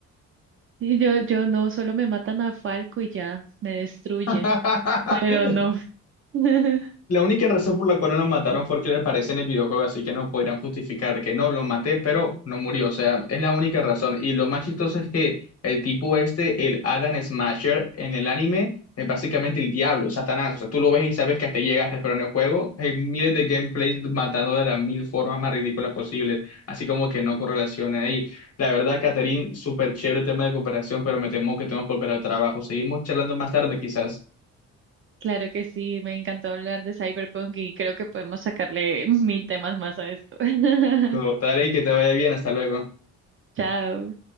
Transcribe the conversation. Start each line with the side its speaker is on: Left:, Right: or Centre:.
Right: Y yo, yo no, solo me matan a Falco y ya, me destruyen,
Left: <laughs>
Right: pero no. <laughs>
Left: La única razón por la cual no lo mataron fue que le aparece en el videojuego, así que no podrían justificar que no, lo maté, pero no murió. O sea, es la única razón. Y lo más chistoso es que el tipo este, el Adam Smasher, en el anime, es básicamente el diablo, es Satanás. O sea, tú lo ves y sabes que hasta llegaste, pero en el juego hay miles de gameplays matando de las mil formas más ridículas posibles. Así como que no correlaciona ahí. La verdad, Catherine, súper chévere el tema de cooperación, pero me temo que tenemos que volver al trabajo. Seguimos charlando más tarde, quizás.
Right: Claro que sí, me encantó hablar de Cyberpunk y creo que podemos sacarle <laughs> mil temas más a esto. <laughs>
Left: Total, y que te vaya bien. Hasta luego.
Right: Chao.